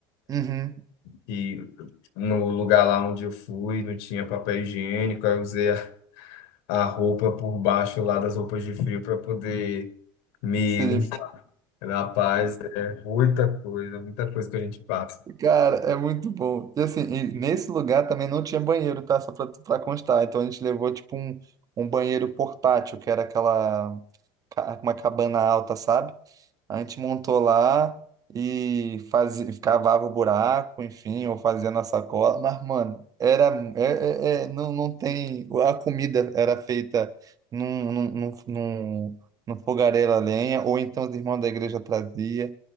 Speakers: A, on the right; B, on the left.
A: Uhum,
B: que no lugar lá onde eu fui não tinha papel higiênico, aí eu usei a, a roupa por baixo lá das roupas de frio para poder me
A: se
B: limpar. Rapaz, é muita coisa, muita coisa que a gente passa.
A: Cara, é muito bom. E assim, e nesse lugar também não tinha banheiro, tá? Só pra, pra constar. Então a gente levou tipo um, um banheiro portátil, que era aquela ca- uma cabana alta, sabe? A gente montou lá e fazia, cavava o buraco, enfim, ou fazia na sacola. Mas, mano, era é, é- é- não, não tem. A comida era feita num, num, num, num, num fogareiro a lenha, ou então os irmãos da igreja traziam.